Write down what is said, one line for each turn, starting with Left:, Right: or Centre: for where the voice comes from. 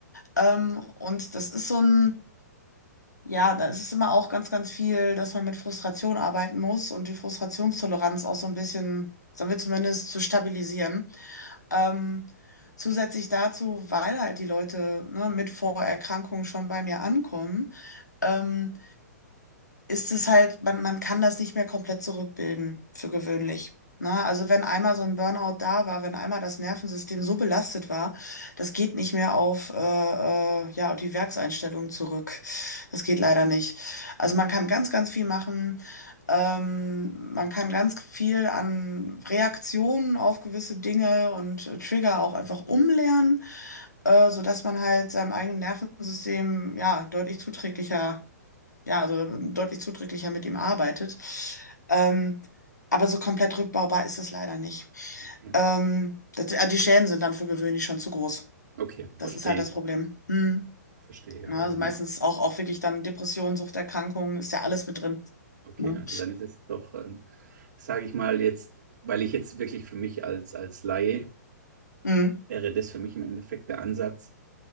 Left: Ähm, und das ist so ein, ja, da ist es immer auch ganz, ganz viel, dass man mit Frustration arbeiten muss und die Frustrationstoleranz auch so ein bisschen, sagen wir zumindest, zu stabilisieren. Ähm, zusätzlich dazu, weil halt die Leute, ne, mit Vorerkrankungen schon bei mir ankommen, ähm, ist es halt, man, man kann das nicht mehr komplett zurückbilden, für gewöhnlich. Ne? Also wenn einmal so ein Burnout da war, wenn einmal das Nervensystem so belastet war, das geht nicht mehr auf äh, äh, ja, auf die Werkseinstellung zurück. Das geht leider nicht. Also man kann ganz, ganz viel machen. Ähm, man kann ganz viel an Reaktionen auf gewisse Dinge und äh, Trigger auch einfach umlernen, äh, sodass man halt seinem eigenen Nervensystem ja deutlich zuträglicher ja, also ähm, deutlich zuträglicher mit ihm arbeitet. Ähm, aber so komplett rückbaubar ist es leider nicht.
Right: Okay,
Left: Ähm, das, äh, die Schäden sind dann für gewöhnlich schon zu groß.
Right: okay, verstehe,
Left: Das ist halt das Problem. Hm.
Right: verstehe.
Left: Na,
Right: Also
Left: also
Right: dann
Left: meistens
Right: ist,
Left: auch, auch wirklich dann Depressionen, Suchterkrankungen, ist ja alles mit drin.
Right: okay,
Left: Ne?
Right: also dann ist es doch, ähm, sage ich mal jetzt, weil ich jetzt wirklich für mich als, als Laie
Left: Mhm.
Right: wäre das für mich im Endeffekt der Ansatz,